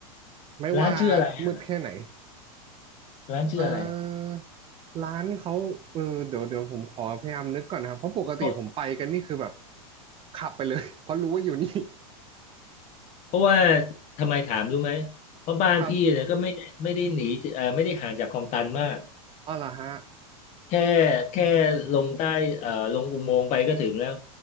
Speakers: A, on the right; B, on the left.
A: ไม่ว่า
B: ร้านชื่ออะไรอ่ะ
A: มืดแค่ไหน
B: ร้านชื่ออะไร
A: เอ่อร้านเขาเออเดี๋ยวเดี๋ยวผมขอพยายามนึกก่อนนะครับเพราะปกติผมไปกันนี่คือแบบ
B: เพราะ
A: ขับไปเลย <laughs> เพราะรู้ว่าอยู่นี่
B: เพราะว่าทำไมถามรู้ไหม เพราะบ้านพี่เนี่ยก็ไม่ได้ไม่ได้หนีเออไม่ได้ห่างจากคลองตันมาก
A: <laughs> ครับเอาล่ะฮะ
B: แค่แค่ลงใต้เอ่อลงอุโมงค์ไปก็ถึงแล้ว